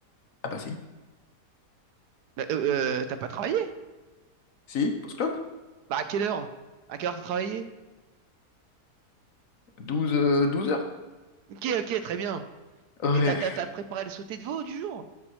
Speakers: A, on the left (about 60°); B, on the right (about 75°).
A: Ah bah si.
B: Bah, euh, euh, t'as pas travaillé?
A: Si, post-clope?
B: Bah à quelle heure? À quelle heure t'as travaillé?
A: douze euh, 12 heures.
B: Ok, ok, très bien.
A: Ouais.
B: Et t'as t'as t'as préparé le sauté de veau du jour?